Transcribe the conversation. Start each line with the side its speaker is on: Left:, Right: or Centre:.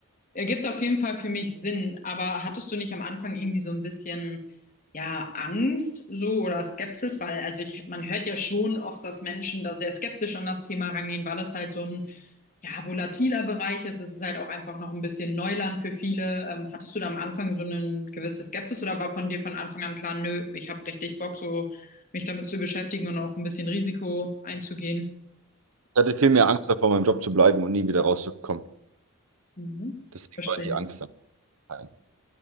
Left: ergibt auf jeden Fall für mich Sinn, aber hattest du nicht am Anfang irgendwie so ein bisschen, ja, Angst so oder Skepsis? Weil, also ich, man hört ja schon oft, dass Menschen da sehr skeptisch an das Thema rangehen, weil das halt so ein, ja, volatiler Bereich ist. Es ist halt auch einfach noch ein bisschen Neuland für viele. Ähm, hattest du da am Anfang so eine gewisse Skepsis oder war von dir von Anfang an klar, nö, ich habe richtig Bock, so mich damit zu beschäftigen und auch ein bisschen Risiko einzugehen?
Right: Ich hatte viel mehr Angst davor, meinem Job zu bleiben und nie wieder rauszukommen.
Left: Mhm.
Right: Deswegen
Left: Verstehe.
Right: war die Angst dann klein.